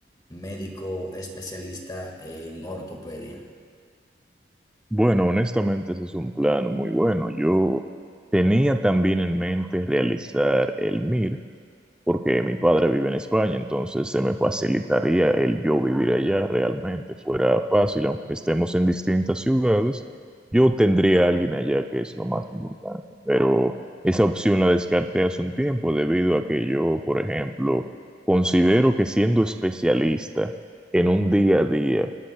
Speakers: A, on the left; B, in the centre.
A: médico especialista en ortopedia.
B: Bueno, honestamente ese es un plan muy bueno. Yo tenía también en mente realizar el MIR, porque mi padre vive en España, entonces se me facilitaría el yo vivir allá realmente, fuera fácil, aunque estemos en distintas ciudades, yo tendría a alguien allá que es lo más importante, pero esa opción la descarté hace un tiempo debido a que yo, por ejemplo, considero que siendo especialista en un día a día,